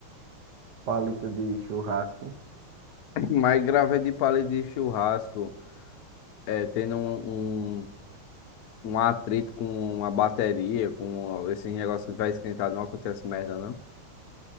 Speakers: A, on the right (about 60°); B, on the left (about 70°).
A: palito de churrasco.
B: <clears throat> Mas gravei de palha de churrasco, é, tendo um, um, um atrito com uma bateria, com esse negócio que vai esquentar, não acontece merda, não?